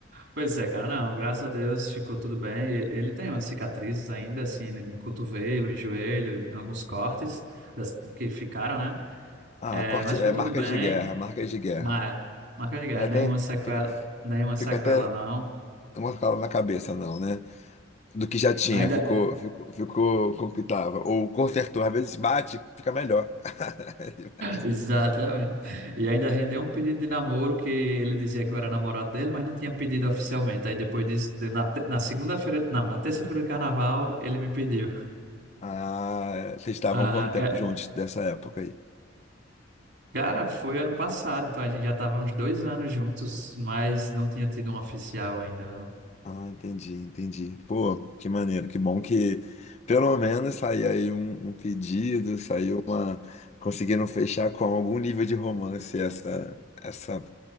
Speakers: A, on the right; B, on the left.
A: Pois é, cara, não. Graças a Deus ficou tudo bem. E- Ele tem umas cicatrizes ainda, assim, né, em cotovelo, em joelho, em alguns cortes das- que ficaram, né?
B: Ah,
A: É,
B: corte,
A: mas ficou
B: é,
A: tudo
B: marcas
A: bem.
B: de guerra, marcas de guerra.
A: Mas, marca de guerra,
B: É até,
A: nenhuma sequela,
B: fica,
A: nenhuma sequela,
B: fica até
A: não.
B: uma cala na cabeça, não, né? Do que já tinha,
A: Ainda,
B: ficou, ficou, ficou com o que tava. Ou consertou, às vezes bate, fica melhor. <laughs>
A: Exatamente. E ainda rendeu um pedido de namoro que ele dizia que eu era namorado dele, mas não tinha pedido oficialmente. Aí depois disso, de- na, te- na segunda-feira, não, na terça-feira de carnaval, ele me pediu.
B: Ah, vocês estavam
A: Ah,
B: quanto tempo
A: é,
B: juntos dessa época aí?
A: cara, foi ano passado, então a gente já estava uns dois anos juntos, mas não tinha tido um oficial ainda, não.
B: Ah, entendi, entendi. Pô, que maneiro, que bom que pelo menos saiu aí um, um pedido, saiu uma. Conseguiram fechar com algum nível de romance essa, essa